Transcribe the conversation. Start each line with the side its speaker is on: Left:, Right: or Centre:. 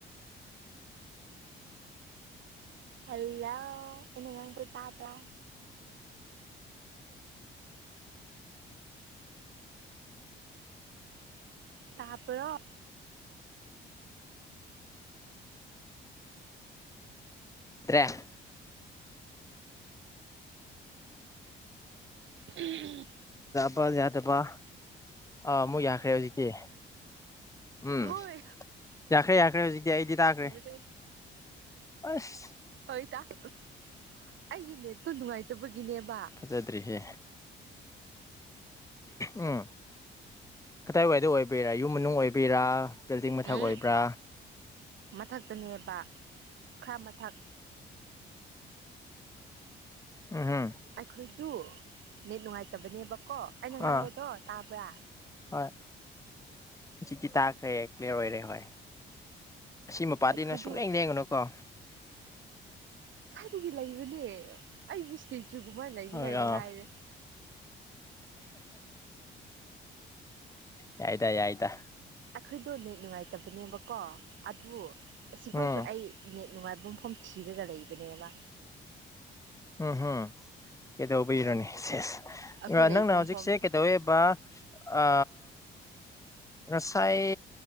Right: ꯍꯜꯂꯣ ꯑꯩꯅ ꯉꯥꯡꯕꯗꯣ ꯇꯥꯕꯔ ꯇꯥ ꯕꯔꯣ
Left: ꯀꯔꯤ
Right: ꯎꯝ ꯎꯝ
Left: ꯕ ꯌꯥꯗꯕ ꯑꯥ ꯑꯃꯨꯛ ꯌꯥꯈ꯭ꯔꯦ ꯍꯧꯖꯤꯛꯀꯤ ꯎꯝ
Right: ꯍꯣꯏ
Left: ꯌꯥꯈ꯭ꯔꯦ ꯌꯥꯈ꯭ꯔꯦ ꯍꯧꯖꯤꯛꯇꯤ ꯑꯩꯗꯤ ꯇꯥꯈ꯭ꯔꯦ
Right: ꯑꯗꯨ
Left: ꯑꯁ
Right: ꯍꯣꯏꯗ ꯑꯩꯒꯤ ꯅꯦꯠꯇꯣ ꯅꯨꯡꯉꯥꯏꯇꯕꯒꯤꯅꯦꯕ
Left: ꯆꯥꯗ꯭ꯔꯤꯍꯦ ꯎꯝ ꯀꯗꯥꯏ ꯋꯥꯏꯗ ꯑꯣꯏꯕꯤꯔꯥ ꯌꯨꯝ ꯃꯅꯨꯡ ꯑꯣꯏꯕꯤꯔꯥ ꯕꯤꯜꯗꯤꯡ ꯃꯊꯛ
Right: ꯎꯝ
Left: ꯑꯣꯏꯕ꯭ꯔꯥ
Right: ꯃꯊꯛꯇꯅꯦꯕ ꯈꯔ ꯃꯊꯛ
Left: ꯎꯝꯍꯝ
Right: ꯑꯩꯈꯣꯏꯗꯨ ꯅꯦꯠ ꯅꯨꯡꯉꯥꯏꯇꯕꯅꯦꯕꯀꯣ ꯑꯩꯅ ꯉꯥꯡꯕꯗꯣ
Left: ꯑꯥ
Right: ꯇꯥꯕ꯭ꯔꯥ
Left: ꯍꯣꯏ ꯍꯧꯖꯤꯛꯤ ꯇꯥꯈ꯭ꯔꯦ ꯀ꯭ꯂꯤꯌꯥꯔ ꯑꯣꯏꯔꯦ ꯍꯣꯏ ꯑꯁꯤ ꯃꯄꯥꯗꯤ
Right: ꯑꯩꯈꯣꯏꯗꯨ
Left: ꯅꯪ ꯁꯨꯡꯂꯦꯡ ꯂꯦꯡꯒꯅꯨꯀꯣ
Right: ꯁꯤꯗꯤ ꯂꯩꯕꯅꯦ ꯑꯩꯕꯨ ꯏꯁꯇꯦꯆꯨꯒꯨꯝꯕ ꯂꯩꯅꯤꯉꯥꯏ
Left: ꯍꯣꯏ
Right: ꯃꯉꯥꯏꯔꯦ
Left: ꯑꯥ ꯌꯥꯏꯗ ꯌꯥꯏꯗ
Right: ꯑꯩꯈꯣꯏꯗꯣ ꯅꯦꯠ ꯅꯨꯡꯉꯥꯏꯇꯕꯅꯦꯕꯀꯣ ꯑꯗꯨ ꯑꯁꯤꯐꯥꯎꯁꯨ
Left: ꯎꯝ
Right: ꯑꯩ ꯅꯦꯠ ꯅꯨꯡꯉꯥꯏꯕ ꯃꯐꯝ ꯊꯤꯔꯒ ꯂꯩꯕꯅꯦꯕ
Left: ꯎꯝ ꯀꯩꯗꯧꯕꯔꯣꯅꯦ ꯁꯦꯁ
Right: ꯑꯩꯈꯣꯏ ꯂꯩꯕ
Left: ꯅꯪꯅ ꯍꯧꯖꯤꯛꯁꯦ
Right: ꯃꯐꯝꯗꯣ
Left: ꯀꯩꯗꯧꯋꯦꯕ ꯑ ꯉꯁꯥꯏ